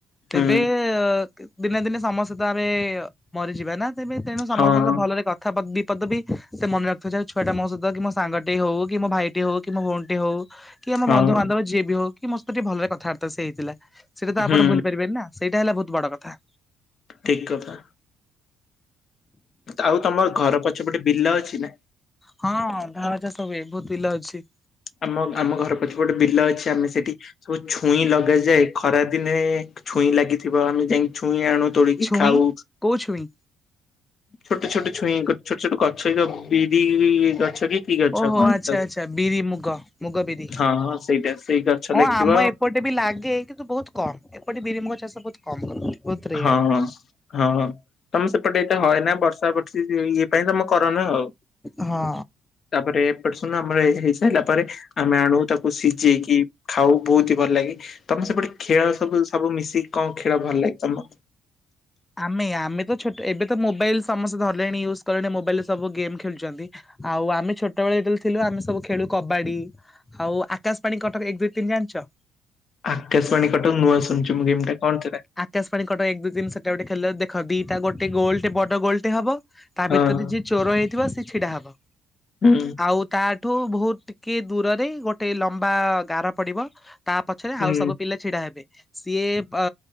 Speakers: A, on the left (about 15°); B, on the left (about 50°).
A: ତେବେ-ଏ-ଏ-ଏ
B: ହୁଁ
A: ଦିନେ ଦିନେ ସମସ୍ତେ ତ ଆମେ-ଏ-ଏ-ଏ ମରିଯିବା ନା ତେବେ ତେଣୁ ସମସ୍ତଙ୍କତ
B: ହଁ
A: ଭଲରେ କ ଥା ଦିପଦ ବି ସେ ମନେ ରଖୁଥିବ ଯ ଛୁଆଟା ମୋ ସହିତ କି ମୋ ସାଙ୍ଗଟି ହଉ କି ମୋ ଭାଇଟି ହଉ କି ମୋ ଭଉଣୀଟି ହଉ କି ଆମ
B: ହଁ
A: ବନ୍ଧୁବାନ୍ଧବ ଯିଏ ବି ହଉ କି ମୋ ସହିତ ଟିକେ ଭଲରେ କଥାବାର୍ତ୍ତା ସେ ହେଇଥିଲା। ସେଟା ତ
B: ହୁଁ
A: ଆପଣ ଭୁଲି ପାରିବେନି ନା। ସେଇଟା ହେଲା ବହୁତ ବଡ କଥା।
B: ଠିକ୍ କଥା। ଆଉ ତମର ଘର ପଛପଟେ ବିଲ ଅଛି ନା?
A: ହଁ ଧାନ ଚାଷ ହୁଏ ବହୁତ ବିଲ ଅଛି।
B: ଆମ ଆମ ଘର ପଛପଟେ ଗୋଟେ ବିଲ ଅଛି ଆମେ ସେଠି ସବୁ ଛୁଇଁ ଲଗାଯାଏ ଖରା ଦିନେ ଛୁଇଁ ଲାଗିଥିବ ଆମେ ଯାଇ ଛୁଇଁ ଆଣୁ ତୋଳିକି
A: ଛୁଇଁ
B: ଖାଉ।
A: କୋଉ ଛୁଇଁ?
B: ଛୋଟ ଛୋଟ ଛୁଇଁ କୁ ଛୋଟ ଛୋଟ ଗଛ ଯ ବିରି-ଇ-ଇ-ଇ ଗଛ କି କି ଗଛ
A: ଓହୋ
B: କହନ୍ତି
A: ଆଚ୍ଛା
B: ତାକୁ?
A: ଆଚ୍ଛା ବିରି ମୁଗ ମୁଗ ବିରି,
B: ହଁ ହଁ ସେଇଟା ସେଇ ଗଛ
A: ହଁ
B: ଲାଗିଥିବ
A: ଆମ ଏପଟ ଏବି ଲାଗେ କିନ୍ତୁ ବହୁତ୍ କମ୍ ଏପଟେ ବିରିମୁଗ ଚାଷ ବହୁତ୍ କମ୍ ରେୟାର।
B: ହଁ ହଁ ହଁ ହଁ ତମେ ସେପଟେ ଏତେ ହଏନା ବର୍ଷା ବର୍ଷ ଇଏ ପାଇଁ ତମ କରନା ଆଉ।
A: ହଁ
B: ତାପରେ ଏପଟେ ସୁନ ଆମର ହେଇ ସାରିଲା ପରେ ଆମେ ଆଣୁ ତାକୁ ସିଝେଇକି ଖାଉ ବହୁତହି ଭଲ ଲାଗେ ତମେ ସେପଟେ ଖେଳ ସବୁ ସବୁ ମିଶିକି କଣ ଖେଳ ଭଲ ଲାଗେ ତମ
A: ଆମେ ଆମେତ ଛୋଟ ଏବେତ ମୋବାଇଲ୍ ସମସ୍ତେ ଧରଲେଣି ୟୁଜ କଲେଣି ମୋବାଇଲରେ ସବୁ ଗେମ୍ ଖେଳୁଛନ୍ତି। ଆଉ ଆମେ ଛୋଟବେଳେ ଯେତେଳେ ଥିଲୁ ଆମେ ସବୁ ଖେଳୁ କବାଡ଼ି ଆଉ ଆକାଶବାଣୀ କଟକ ଏକ ଦୁଇ ତିନି ଜାଣିଛ?
B: ଆକାଶବାଣୀ କଟକ ନୁଆ ଶୁଣୁଚି ମୁଁ ଗେମଟା କଣ ସେଟା।
A: ଆକାଶ ପାଣୀ କଟକ ଏକ ଦୁଇ ତିନ ସେଟା ଗୋଟେ ଖେଲ ଦେଖ ଦିଟା ଗୋଟ ଗୋଲଟେ ବଡ଼ ଗୋଲଟେ ହବ ତା
B: ହଁ
A: ଭିତରେ ଯିଏ ଚୋର ହେଇଥିବ ସେଛିଡ଼ା ହବ।
B: ହୁଁ।
A: ଆଉ ତାଠୁ ବହୁତ୍ ଟିକେ ଦୂରରେ ଗୋଟେ ଲମ୍ବା ଗାର ପଡ଼ିବ ତା ପଛରେ
B: ହୁଁ
A: ଆଉ ସବୁ ପିଲା ଛିଡ଼ା ହେବେ ସିଏ ଅ